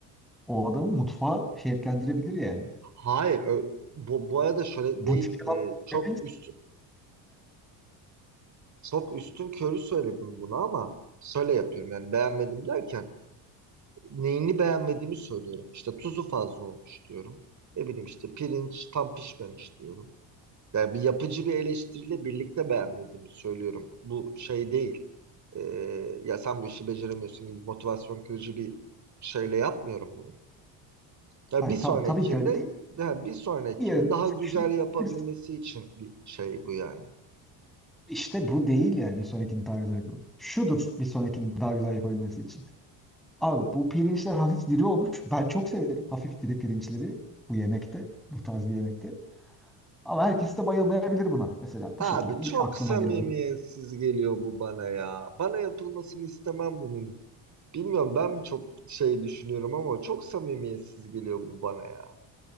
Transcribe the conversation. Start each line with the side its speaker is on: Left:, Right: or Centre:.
Centre: o adamı mutfağa şevklendirebilir yani.
Right: Hayır ö- bu, bu arada şöyle
Centre: Bu
Right: değil.
Centre: tip yalan
Right: Ee, çok
Centre: söylemelisiniz
Right: üst Çok üstün körü söyledim bunu ama şöyle yapıyorum yani beğenmedim derken neyini beğenmediğimi söylüyorum. İşte tuzu fazla olmuş diyorum. Ne bileyim işte pirinç tam pişmemiş diyorum. Yani bir yapıcı bir eleştiriyle birlikte beğenmediğimi söylüyorum. Bu şey değil. Ee, ya sen bu işi beceremiyorsun gibi motivasyon kırıcı bir şeyle yapmıyorum bunu. Yani
Centre: Hayır
Right: bir sonrakinde
Centre: tamam tabii ki öyle değil.
Right: yani bir sonrakini
Centre: Diğerine
Right: daha güzel
Centre: şunu diyebilirsin.
Right: yapabilmesi için bir şey bu yani.
Centre: İşte bu değil yani bir sonrakini daha güzel yapalım. Şudur bir sonrakini daha güzel yapabilmesi için. Abi bu pirinçler hafif diri olmuş. Ben çok severim hafif diri pirinçleri bu yemekte, bu tarz bir yemekte. Ama herkes de bayılmayabilir buna mesela. Bu
Right: Abi
Centre: şekilde ilk
Right: çok
Centre: aklıma
Right: samimiyetsiz
Centre: gelen
Right: geliyor bu bana ya. Bana yapılmasını istemem bunun. Bilmiyorum ben mi çok şey düşünüyorum ama çok samimiyetsiz geliyor bu bana ya.